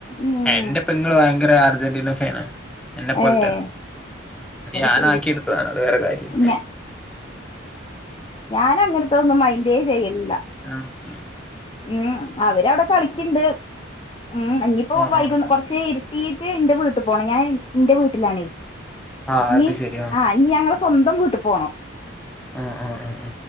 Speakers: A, on the left; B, in the centre.
A: ഉം
B: എന്റെ പെങ്ങൾ ഭയങ്കര അർജന്റീന ഫേന എന്നെ പോലെ
A: ഏഹ്
B: തന്നെ അത് ഞാനാക്കിയെടുത്തതാണ്
A: ശരി ഏ
B: അത് വേറെ കാര്യം
A: ഞാൻ പി അങ്ങനത്തെ ഒന്നും അയന്ന്റെേ ചെയ്യില്ല
B: ആഹ്
A: ഉം അവരവിടെ കളിക്കണ്ട് ഉ ഇനിയിപ്പോ
B: ആഹ്
A: വൈക
B: ആഹ്
A: കുറച്ച് ഇരുട്ടീയിട്ട് എന്റെ വീട്ടിൽ പോണ ഞാൻ എന്റെ വീട്ടിലാണേ
B: ആഹ്
A: ഇനി
B: അത് ശരി ആഹ്
A: ആഹ ഇനി ഞങ്ങള് സ്വന്തം വീട്ടി പോണം
B: ആഹ ആഹ ആഹ